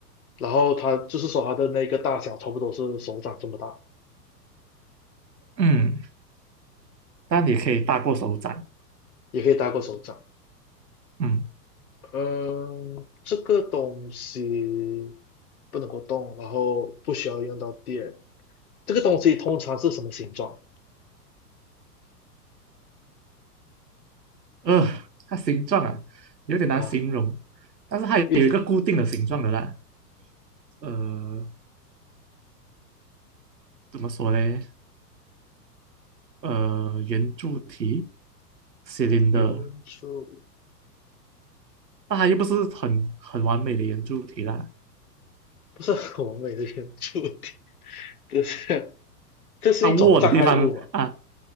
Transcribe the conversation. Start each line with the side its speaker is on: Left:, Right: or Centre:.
Left: 然后它就是说它的那个大小差不多是手掌这么大，
Right: 嗯，但你可以大过手掌，
Left: 也可以大过手掌。
Right: 嗯，
Left: 嗯，这个东西不能够动，然后不需要用到电。这个东西通常是什么形状
Right: 呃，它形状啊有点难形容，
Left: 啊？
Right: 但是它有一个固定的形状的啦，
Left: 有点
Right: 呃，怎么说嘞？呃，圆柱体，cylinder，
Left: 原住
Right: 那它又不是很很完美的圆柱体啦。
Left: 不是很完美的原住民，这是这是一种障碍物嘛？
Right: 它握的地方啊，